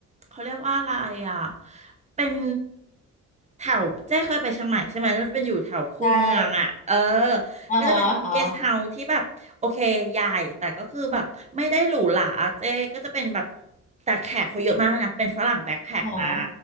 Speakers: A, on the right (about 20°); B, on the left (about 25°).
A: เขาเรียกว่าอะไรอ่ะเป็นแถวเจ๊เคยไปเชียงใหม่ใช่ไหมมันจะเป็นอยู่แถวคูเมืองอ่ะ
B: ใช่
A: เออ
B: อ๋อฮะอ๋อ
A: ก็จะเป็นเกสต์เฮาส์ที่แบบโอเคใหญ่แต่ก็คือแบบไม่ได้หรูหราเจ๊ก็จะเป็นแบบแต่แขกเขาเยอะมากเลยนะเป็นฝรั่งแบ็คแพ็คมา
B: อ๋อฮะ